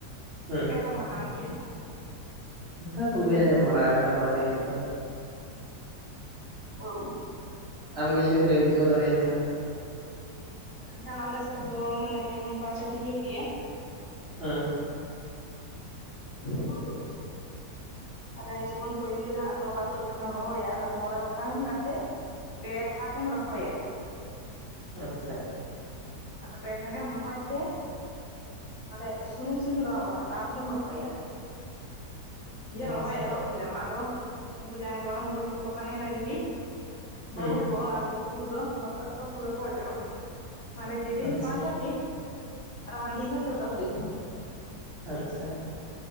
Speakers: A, on the right (about 60°); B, on the left (about 60°).
A: ᱦᱮᱸ
B: ᱪᱮᱫᱠᱟ ᱠᱚ ᱢᱟᱱᱟᱣ ᱜᱮᱭᱟ᱾
A: ᱚᱱᱠᱟ ᱫᱚ ᱵᱟᱹᱧ ᱟᱸᱡᱚᱢ ᱵᱟᱲᱟ ᱟᱠᱟᱫᱟ ᱱᱚᱣᱟ ᱱᱤᱭᱟᱹ ᱛᱮᱫᱚ᱾
B: ᱚ
A: ᱟᱢᱜᱮ ᱡᱩᱫᱤᱢ ᱞᱟᱹᱭ ᱵᱩᱡᱷᱟᱹᱣ ᱫᱟᱲᱮᱭᱟᱹᱧ ᱠᱷᱟᱱ?
B: ᱢᱮᱱᱱᱠᱷᱟᱱ ᱟᱞᱮᱥᱮᱫ ᱫᱚ ᱢᱟᱱᱮ ᱡᱚᱠᱷᱚᱱ ᱯᱟᱸᱪᱟᱹᱴᱤ ᱦᱩᱭᱩᱜ ᱜᱮᱭᱟ᱾
A: ᱦᱩᱢ
B: <inaudible> ᱢᱟᱱᱮ ᱡᱚᱠᱷᱚᱱ ᱯᱟᱹᱭᱞᱟᱹ ᱟᱜ ᱛᱚᱞᱟ ᱛᱩᱫ ᱠᱟᱛᱮᱢ ᱨᱚᱦᱚᱭᱟ ᱟᱫᱚ ᱢᱚᱬᱮ ᱜᱚᱴᱟᱝ ᱠᱟᱛᱮᱼᱼ ᱯᱮ ᱛᱷᱟᱠᱮᱢ ᱨᱚᱦᱚᱭᱟ᱾
A: ᱟᱪᱷᱟ
B: ᱟᱫᱚ ᱯᱮ ᱛᱷᱟᱠ ᱮᱢ ᱨᱚᱦᱚᱭ ᱛᱮᱼᱼ ᱛᱟᱦᱞᱮ ᱥᱩᱱᱩᱢ ᱥᱤᱱᱫᱩᱨᱟᱜᱢ ᱞᱟᱦᱟ ᱛᱟᱨ ᱯᱚᱨ ᱮᱢ ᱨᱚᱦᱚᱭᱟ ᱡᱮ
A: ᱟᱪᱪᱷᱟ
B: ᱨᱚᱦᱚᱭ ᱮᱦᱚᱵ ᱠᱮᱫᱟᱢ ᱟᱫᱚ ᱩᱱᱠᱩ ᱡᱟᱦᱟᱸᱭ ᱜᱚᱲᱚᱢ ᱵᱩᱲᱦᱤ ᱠᱚᱠᱚ ᱛᱟᱦᱮᱱᱟ ᱡᱩᱫᱤᱼᱼ ᱵᱟᱹᱦᱩ
A: ᱦᱮᱸ
B: ᱠᱚ ᱟᱫᱚ ᱩᱱᱠᱩ ᱫᱚ ᱞᱚᱥᱚᱫ ᱠᱚ ᱯᱩᱨᱟᱹ ᱠᱚ ᱚᱡᱚᱜ ᱟᱢᱟ᱾ ᱢᱟᱱᱮ ᱡᱮᱫᱤᱱ
A: ᱟᱪᱪᱷᱟ
B: ᱯᱟᱸᱪ ᱟᱹᱴᱤ ᱟᱨ ᱦᱟᱹᱰᱤ ᱦᱚᱸ ᱪᱚᱰᱚᱨ ᱦᱩᱭᱩᱜ ᱛᱟᱢᱟ
A: ᱟᱪᱪᱷᱟ᱾